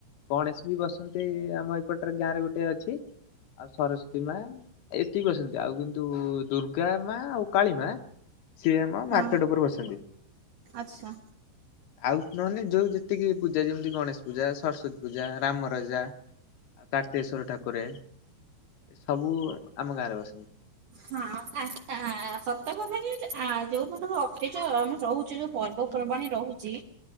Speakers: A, on the left; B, on the right.
A: ଗଣେଶ ବି ବସନ୍ତି। ଆମ ଏପଟରେ ଗାଁରେ ଗୋଟେ ଅଛି। ଆଉ ସରସ୍ଵତୀ ମା ଏତିକି ବସନ୍ତି। ଆଉ କିନ୍ତୁ ଦୁର୍ଗା ମା ଆଉ କାଳୀ ମା ସିଏ ଆମ
B: ହଁ
A: ମାର୍କେଟ ଉପରେ ବସନ୍ତି।
B: ଆଚ୍ଛା
A: ଆଉ ନହେନେ ଯୋଉ ଯେତିକି ପୂଜା ଯେମିତି ଗଣେଶ ପୂଜା ସରସ୍ଵତୀ ପୂଜା ରାମ ରାଜା ଆଉ କାର୍ତ୍ତିେଶ୍ଵର ଠାକୁରେ ଏ ସବୁ ଆମ ଗାଁରେ ବସନ୍ତି।
B: ହଁ ଆଚ୍ଛା ସତ କଥା କି? କିଛି ଆ ଯୋଉ କଥାକୁ ଅଟିକିଚ ଆମେ ରହୁଛି ଯୋଉ ପର୍ବପର୍ବାଣି ରହୁଚି।